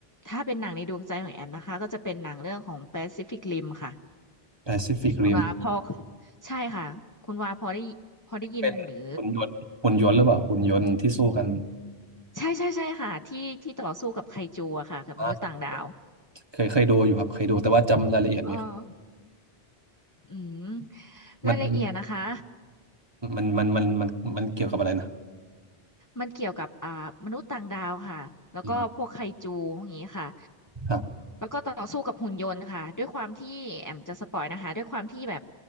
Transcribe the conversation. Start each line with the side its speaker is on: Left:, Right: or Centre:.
Left: ถ้าเป็นหนังในดวงใจของแอมนะคะก็จะเป็นหนังเรื่องของ Pacific Rim ค่ะ
Right: แปซิฟิกริม
Left: คุณวาพอใช่ค่ะ คุณวาพอได้พอได้ยินหรือ
Right: เป็นหุ่นยนต์หุ่นยนต์หรือเปล่าหุ่นยนต์ที่สู้กัน
Left: ใช่ใช่ใช่ค่ะที่ที่ต่อสู้กับไคจูอะค่ะกับมนุษย์ต่างดาว
Right: อ่าเคยเคยดูอยู่ครับเคยดูแต่ว่าจำรายละเอียดไม่ค่อย
Left: เอออืม
Right: มันเป็น
Left: รายละเอียดนะคะ
Right: มันมันมันมันมันเกี่ยวกับอะไรนะ
Left: มันเกี่ยวกับอ่ามนุษย์ต่างดาวค่ะ แล้วก็พวกไคจูอย่างนี้ค่ะ
Right: อืมครับ
Left: แล้วก็ต่อสู้กับหุ่นยนต์ค่ะ ด้วยความที่แอมจะสปอยนะคะด้วยความที่แบบ